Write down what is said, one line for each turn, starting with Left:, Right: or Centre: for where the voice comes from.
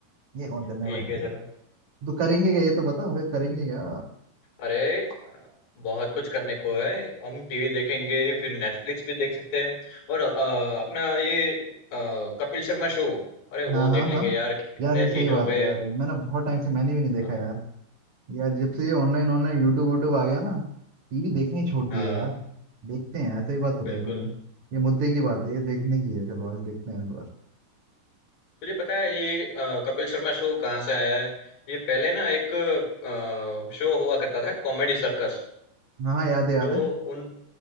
Right: ये कौन करने
Left: ठीक
Right: बैठेगा
Left: है चलो
Right: तो करेंगे क्या ये तो बता फिर करेंगे क्या
Left: अरे अ, बहुत कुछ करने को है हम टीवी देखेंगे फिर नेटफ्लिक्स भी देख सकते हैं और अ, अपना ये अ, कपिल शर्मा शो अरे
Right: हाँ
Left: वो
Right: हाँ
Left: देख लेंगे
Right: हाँ
Left: यार कितने
Right: यार ये सही
Left: दिन हो
Right: बात
Left: गए
Right: है यार मैंने बहुत टाइम से मैंने भी नहीं देखा
Left: हाँ
Right: यार यार जब से ये ऑनलाइन ऑनलाइन यूट्यूब यूट्यूब आ गया ना टीवी देखने ही छोड़ दिया
Left: हाँ
Right: है यार देखते हैं यार सही बात बताई
Left: बिल्कुल
Right: तूने ये मुद्दे की बात है ये देखने की है चलो आज देखते हैं इस बार
Left: तुझे पता है ये अ, कपिल शर्मा शो कहाँ से आया है ये पहले ना एक अ, शो हुआ करता था कॉमेडी सर्कस
Right: हाँ हाँ याद है याद
Left: तो
Right: है
Left: उन